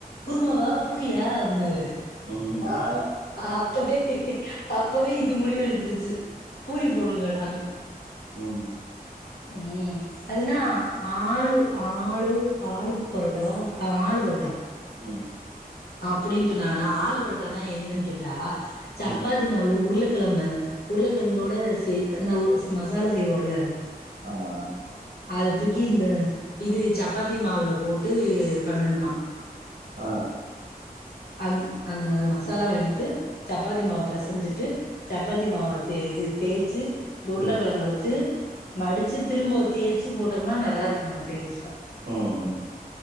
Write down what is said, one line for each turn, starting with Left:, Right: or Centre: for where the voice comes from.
Left: குருமாவா பூரியா அப்டினாரு
Right: உம் நாலா
Left: அப்பவே அப்பவே இது முடிவெடுத்துருச்சு பூரி போடணு நானு
Right: உம்
Left: உம் அதுனா ஆளு ஆளு ஆளு பொரோட்டாவா ஆளு பொரட்டா
Right: உம்
Left: அப்டின்னு சொன்னாங்க நா ஆளு பரோட்டனா என்னன்னு கேட்டா சப்பாத்தி
Right: ம்
Left: மா உருளக்கிழம உருளக்கிழங்கோட சேத்து அந்த மசாலா செய்வோல
Right: ஆமா
Left: அத தூக்கி இந்த இது சப்பாத்தி மாவுல போட்டு பண்ணணுமா
Right: ஆஹ்
Left: அந் அந்த மசாலாவ எடுத்து சப்பாத்தி மாவு பெசஞ்சிட்டு சப்பாத்தி மாவ இது தேச்சு உருளக்கிழங்க
Right: ம்
Left: வச்சு மடிச்சு திரும்ப தேச்சு போட்டோம்னா நல்லா இருக்குமா டேஸ்ட்டா
Right: ம் ம்